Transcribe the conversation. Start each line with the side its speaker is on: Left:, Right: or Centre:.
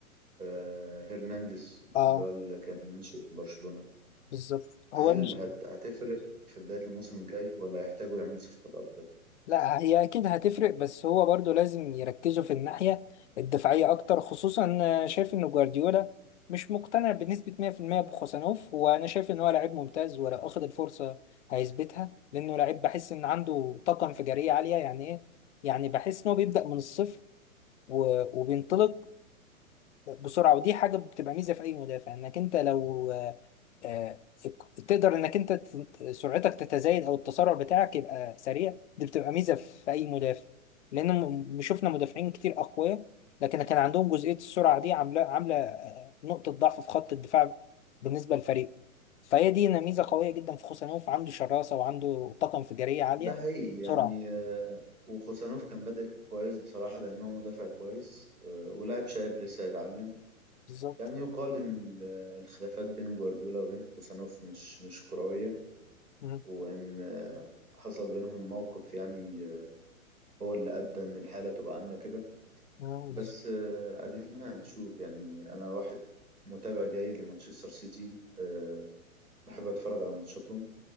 Right: آه، هرنانديز
Left: اه
Right: اللي هو اللي كان ناشئ برشلونة
Left: بالظبط هو
Right: هل
Left: مش
Right: هت- هتفرق في بداية الموسم الجاي ولا هيحتاجوا يعملوا صفقات أكتر؟
Left: لا هي اكيد هتفرق بس هو برضو لازم يركزوا في الناحية الدفاعية اكتر خصوصا أنا شايف ان جوارديولا مش مقتنع بنسبة 100% بخوسانوف وانا شايف ان هو لعيب ممتاز ولو اخد الفرصة هيثبتها لانه لعيب بحس ان عنده طاقة انفجارية عالية يعني ايه يعني بحس ان هو بيبدأ من الصفر و- وبينطلق بسرعة ودي حاجة بتبقى ميزة في اي مدافع انك انت لو آه، تقدر انك انت ت- سرعتك تتزايد او التسارع بتاعك يبقى سريع دي بتبقى ميزه في اي مدافع لان م- م- شفنا مدافعين كتير اقوياء لكن كان عندهم جزئيه السرعه دي عامله عامله آه، نقطه ضعف في خط الدفاع بالنسبه للفريق فهي دي إن ميزه قويه جدا في خوسانوف عنده شراسه وعنده طاقه انفجاريه عاليه
Right: ده حقيقي يعني
Left: سرعه
Right: آه، وخوسانوف كان بادئ كويس بصراحة لأنه مدافع كويس آه، ولاعب شاب لسه هيتعلم
Left: بالظبط
Right: يعني يقال إن ال- الخلافات بين جوارديولا وبين خوسانوف مش مش كروية
Left: مم.
Right: وإن آه، حصل بينهم موقف يعني آه، هو اللي أدى إن الحالة تبقى عاملة كده
Left: مم.
Right: بس آه، أدينا هنشوف يعني أنا واحد متابع جيد لمانشستر سيتي آه، بحب أتفرج على ماتشاتهم